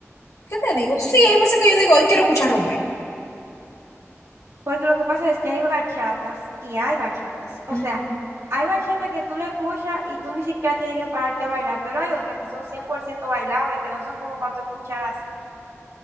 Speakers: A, on the left; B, on the right.
A: ¿qué te digo? Sí, hay veces que yo digo, hoy quiero escuchar Romeo.
B: porque lo que pasa es que hay bachatas y hay bachatas. O
A: Ujú.
B: sea, hay bachatas que tú le escuchas y tú ni siquiera tienes que pararte a bailar, pero hay otras que son 100% bailables, que no son como para tú escuchar así.